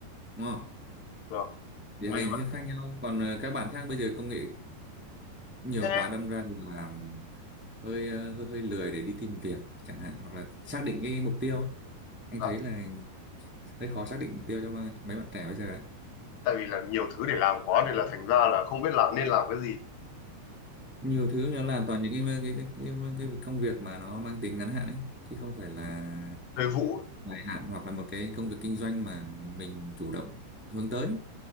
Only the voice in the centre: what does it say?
đúng không
thì
hai
hình
thức khác nhau còn ờ, các bạn khác bây giờ công nghệ nhiều
quá đâm ra là hơi ờ, hơi hơi lười để đi tìm việc chẳng hạn hoặc là xác định cái mục tiêu ấy anh
thấy là hơi khó xác định mục tiêu cho ba- mấy bạn trẻ bây giờ đấy
nhiều thứ nó làm toàn những cái cái, cái cái cái công việc mà nó mang tính ngắn hạn ấy chứ không phải là
dài hạn hoặc là một cái công việc kinh doanh mà mình chủ động hướng tới